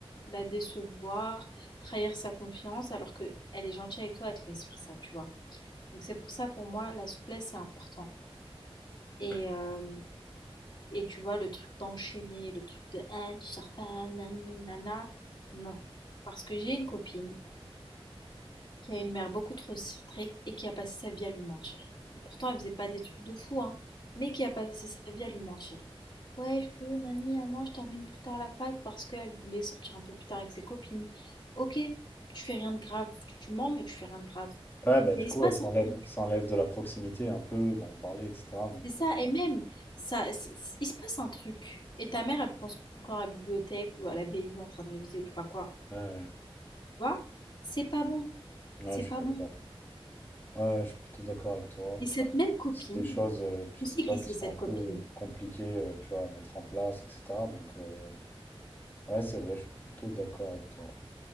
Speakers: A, on the left; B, on the left.
A: la décevoir, trahir sa confiance alors que elle est gentille avec toi, elle te laisse faire ça, tu vois. Donc c'est pour ça, pour moi, la souplesse, c'est important.
B: Ok.
A: Et, euh, et tu vois, le truc d'enchaîner, le truc de, ah, tu sors pas, nani, nana, non. Parce que j'ai une copine qui a une mère beaucoup trop stricte et qui a passé sa vie à lui mentir. Pourtant, elle faisait pas des trucs de fou, hein, mais qui a passé sa vie à lui mentir. Ouais, je peux, Nani, ah non, je termine plus tard la fac parce qu'elle voulait sortir un peu plus tard avec ses copines. Ok, tu fais rien de grave, tu mens, mais tu fais rien de grave.
B: Ouais, bah
A: Mais
B: du
A: il
B: coup,
A: se passe
B: ouais, ça
A: un
B: enlève,
A: truc,
B: ça enlève de la proximité un peu, dont on parlait, etc. Donc,
A: c'est ça,
B: euh,
A: et même, ça, c- c- il se passe un truc. Et ta mère, elle pense encore à la bibliothèque ou à la BU en train de réviser ou je sais pas quoi.
B: ouais,
A: Tu vois? C'est pas bon,
B: ouais.
A: c'est
B: Ouais, je
A: pas
B: suis d'accord.
A: bon.
B: Ouais, ouais, je suis plutôt d'accord avec toi.
A: Et cette même copine,
B: C'est des choses, euh, tu,
A: tu sais
B: tu vois,
A: qui c'est
B: qui sont
A: cette
B: un peu
A: copine.
B: compliquées, euh, tu vois, à mettre en place, etc. Donc, euh, ouais, c'est vrai, je suis plutôt d'accord avec toi.